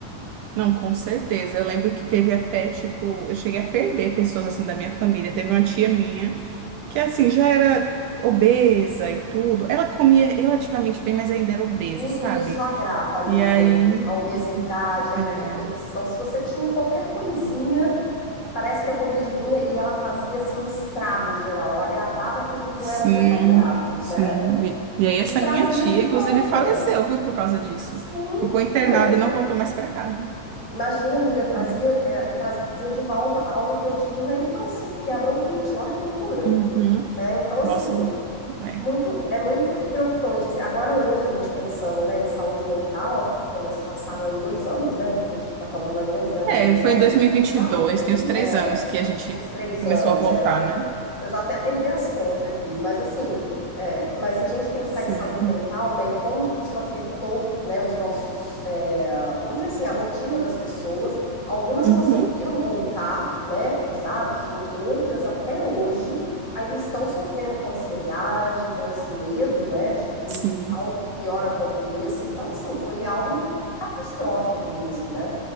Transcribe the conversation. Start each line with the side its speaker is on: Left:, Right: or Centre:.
Right: Não, com certeza. Eu lembro que teve até, tipo, eu cheguei a perder pessoas assim da minha família. Teve uma tia minha que, assim, já era obesa e tudo. Ela comia relativamente bem, mas ainda era obesa,
Left: Tudo
Right: sabe?
Left: isso agrava, amiga.
Right: E aí,
Left: A obesidade, a
Right: é,
Left: hipertensão. Se você tinha qualquer coisinha, parece que a Covid vinha e ela fazia assim um estrago geral. Ela agravava aquilo que
Right: sim,
Left: não era nem tão grave,
Right: sim.
Left: né?
Right: E, e aí, essa
Left: E trazia
Right: minha tia,
Left: de volta.
Right: inclusive, faleceu, viu, por causa disso.
Left: Sim,
Right: Ficou internada
Left: não, e
Right: e não voltou mais pra casa.
Left: imagina, amiga, trazia,
Right: É.
Left: é, trazia de volta algo que eu tive na infância, que é a bronquite. Olha que loucura,
Right: Uhum.
Left: né? Então, assim,
Right: Nossa, é.
Left: Muito, é muito preocupante, assim, agora hoje a gente pensando, né, em saúde mental, já se passaram aí dois anos, né, a gente está falando mais ou menos, né, uns
Right: É,
Left: dois
Right: foi
Left: anos
Right: em dois
Left: aí,
Right: mil e e vinte
Left: passaram
Right: e dois.
Left: por aí,
Right: tem uns três
Left: é,
Right: anos que a gente
Left: uns três
Right: começou
Left: anos,
Right: a voltar,
Left: é, eu já
Right: né?
Left: eu já até perdi as contas aqui, mas assim, é, mas se a gente pensar
Right: Sim.
Left: em saúde mental, né, e como que isso afetou, né, os nossos, é, vamos dizer assim, a rotina das pessoas, algumas
Right: Uhum,
Left: conseguiram voltar, né, para os hábitos e rotina, outras até hoje ainda estão sofrendo com ansiedade, com esse medo, né, de que
Right: sim.
Left: algo de pior aconteça. Então, assim, foi algo catastrófico mesmo, né,